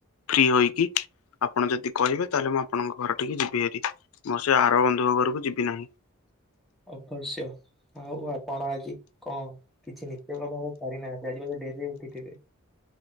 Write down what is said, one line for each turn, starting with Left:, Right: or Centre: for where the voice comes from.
Left: ଫ୍ରି ହୋଇକି। ଆପଣ ଯଦି କହିବେ ତାହେଲେ ମୁଁ ଆପଣଙ୍କ ଘର ଠିକି ଯିବିହାରି। ମୋର ସେ ଆର ବନ୍ଧୁଙ୍କ ଘରକୁ ଯିବି ନାହିଁ।
Centre: ଅବଶ୍ୟ। ଆଉ ଆପଣ ଆଜି କଣ କିଛି ନିତ୍ୟ ର୍କମ କରି ନାହାନ୍ତି। ଆଜି ବୋଧେ ଡେରିରେ ଉଠିଥିବେ।